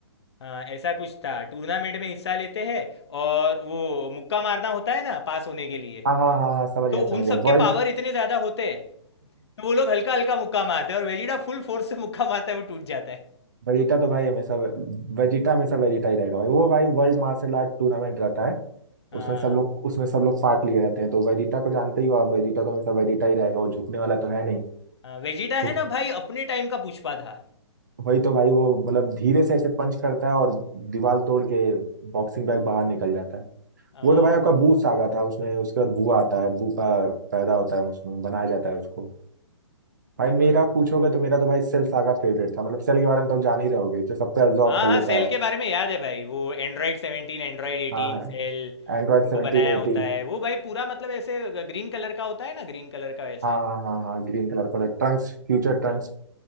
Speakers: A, on the left; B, on the right.
A: हाँ ऐसा कुछ था टूर्नामेंट में हिस्सा लेते हैं और वो मुक्का मारना होता है ना पास होने के लिए
B: हाँ हाँ हाँ हाँ समझ
A: तो
B: गया समझ
A: उन
B: गया
A: सबके
B: वर्ल्ड
A: पावर इतने ज़्यादा होते हैं तो वो लोग हल्का हल्का मुक्का मारते हैं और वेजिटा फुल फोर्स से मुक्का मारता है वो टूट जाता है
B: वेजिटा तो भाई हमेशा वेजिटा हमेशा वेजिटा ही रहेगा भाई वो भाई वर्ल्ड मार्शल आर्ट टूर्नामेंट रहता है
A: हाँ
B: उसमें सब लोग उसमें सब लोग पार्ट लिए रहते हैं तो वेजिटा को जानते ही हो आप वेजिटा तो हमेशा वेजिटा ही रहेगा वो झुकने वाला तो है नहीं
A: हाँ, वेजिटा
B: तो
A: है ना भाई अपने टाइम का पुष्पा था
B: वही तो भाई वो मतलब धीरे से ऐसे पंच करता है और दीवार तोड़ के बॉक्सिंग बैग बाहर निकल जाता है
A: हाँ
B: वो तो भाई आपका बू सागा था उसमें उसके बाद बू आता है बू का पैदा होता है उसमें बनाया जाता है उसको भाई मेरा
A: हाँ
B: पूछोगे तो मेरा तो भाई सेल सागा फेवरेट था मतलब सेल के बारे में तो आप जान ही रहोगे जो सब पे absorb
A: हाँ
B: कर
A: हाँ
B: लेता
A: सेल
B: है
A: के बारे में याद है भाई वो android seventeen android eighteen
B: हाँ
A: Cell
B: एंड्रॉइड
A: उनको
B: 17
A: बनाया
B: 18
A: होता है वो भाई पूरा मतलब ऐसे ग्रीन कलर का होता है ना ग्रीन कलर का वैसे
B: हाँ हाँ हाँ हाँ ग्रीन कलर का ट्रंक्स फ्यूचर ट्रंक्स